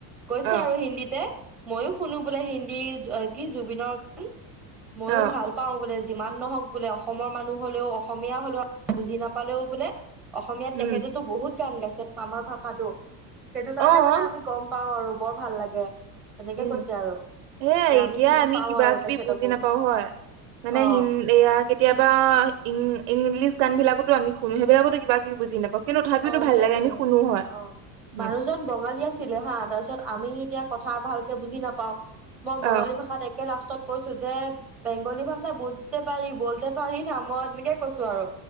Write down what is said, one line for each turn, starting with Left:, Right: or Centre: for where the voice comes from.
Centre: কৈছে
Right: অ',
Centre: আৰু হিন্দীতে ময়ো শুনো বোলে হিন্দী কি জুবিনৰ গান। মইযো
Right: অ',
Centre: ভাল পাওঁ বোলে যিমান নহওক বোলে অস অসমৰ মানুহ হলেও অসমীয়া হলেও বুজি নাপালেও বোলে অসমীয়াত
Right: উম,
Centre: তেখেততো বহুত গান গাইছে আমাৰ ভাষাটো। সেইটো
Right: অ',
Centre: কাৰণে মানে আমি গম পাও আৰু বৰ ভাল লাগে তেনেকে
Right: উম
Centre: কৈছে আৰু
Right: সোই
Centre: যে
Right: এতিয়া
Centre: চিনি
Right: আমি
Centre: পাওঁ
Right: কিবা
Centre: আৰু
Right: কিবি
Centre: তেখেতকো
Right: বুজি নাপাও হয় মানে
Centre: অ
Right: হিণ এয়া কেতিয়াবা ইং ইংলিছ গান বিলাকতো আমি শুনো সেইবিলাকোতো কিবা কি বুজি নাপাওঁ। কিন্তু তথাপিতো
Centre: অ
Right: ভাল
Centre: সেইটয়ে
Right: লাগে আমি শুনো হয়
Centre: অ
Right: উম,
Centre: মানুহজন বঙালী আছিলে হা তাৰপিছত আমি এতিয়া কথা ভালকে বুজি নাপাও। মই
Right: অ',
Centre: বঙালী ভাষাত একে লাষ্ট কৈছো যে বেংগলী ভাষা বুজতে পাৰি বলতে পাৰি না মই এনেকে কৈছো আৰু